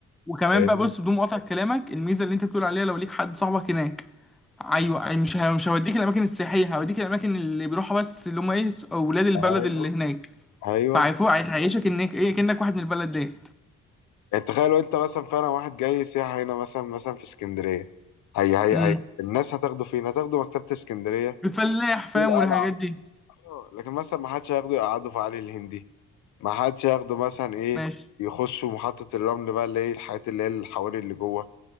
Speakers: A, in the centre; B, on the left (about 75°).
A: وكمان
B: فاهمني
A: بقى بص بدون مقاطع كلامك الميزة اللي أنت بتقول عليها لو ليك حد صاحبك هناك ايوه أي مش ه- مش هوديك الاماكن السياحيه هوديك الاماكن اللي بيروحها بس اللي هم ايه س- اولاد البلد
B: ايوه
A: اللي هناك
B: ايوه
A: فعيفوق هيعيشك انك ايه كأنك واحد من البلد ديت
B: يعني تخيل لو انت مثلا فعلا واحد جاي سياحه هنا مثلا مثلا في اسكندريه هي هي
A: امم
B: هي الناس هتاخده فين هتاخده مكتبه اسكندريه
A: الفلاح فاهم
B: دول
A: والحاجات
B: قلعه
A: دي
B: آه، لكن مثلا ما حدش هياخده يقعده في علي الهندي ما حدش ياخده مثلا ايه
A: ماشي
B: يخشوا محطة الرمل بقى اللي هي الحاجات اللي هي الحواري اللي جوه